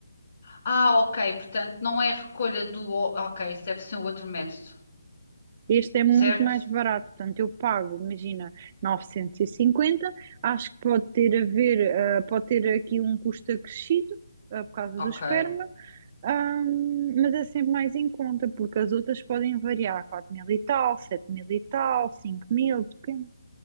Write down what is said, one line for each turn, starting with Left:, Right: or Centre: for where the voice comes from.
Left: Ah, ok, portanto não é recolha do... ó- Ok, isso deve ser o outro método,
Right: Este é muito
Left: certo?
Right: mais barato, portanto, eu pago, imagina, novecentos e cinquenta, Acho que pode ter a ver, eh, pode ter aqui um custo acrescido, eh, por causa
Left: Ok,
Right: do esperma, ahm, mas é sempre mais em conta, porque as outras podem variar, 4 mil e tal, 7 mil e tal, 5 mil, depende.